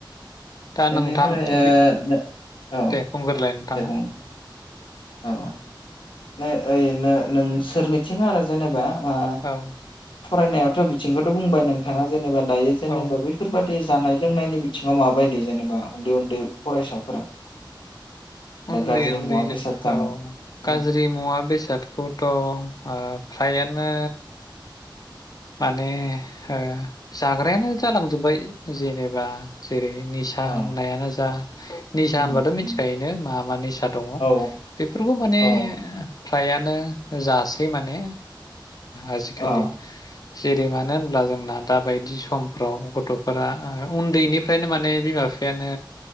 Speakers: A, on the left; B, on the left.
A: दा
B: बेनिफ्राय
A: नोंथां बि
B: ओ औ
A: दे बुंग्रोलाय। नोंथाङा
B: दे बुं। अ अ। ओ ओरैनो नोंसोरनिथिं आरो जेनेबा ओ
A: औ
B: फरायनायावथ बिथिंखौथ बुंबाय नोंथांङा जेनेबा। दायो जेनेबा
A: औ
B: बैफोरबादि जानाय लोंनायनि बिथिङाव माबायदि जेनेबा उन्दै उन्दै फरायसाफोरा दा
A: उन्दै
B: गाज्रि
A: उन्दै
B: मुवा बेसाद जानाय
A: औ गाज्रि
B: औ
A: मुवा बेसादखौथ ओ फ्रायानो माने ओ जाग्रायानो जालांजोब्बाय जेनेबा जेरै निसा
B: औ
A: होननायानो जा निसा
B: उम
A: होनबाथ मिथिखायो
B: उम
A: यो मा मा निसा दङ
B: औ
A: बेफोरखौ माने
B: औ
A: फ्रायानो जासै माने आजिखालि
B: औ औ
A: जेरै मानो होनब्ला जोंना दाबायदि समफ्राव गथफोरा उन्दैनिफ्रायनो माने बिमा बिफायानो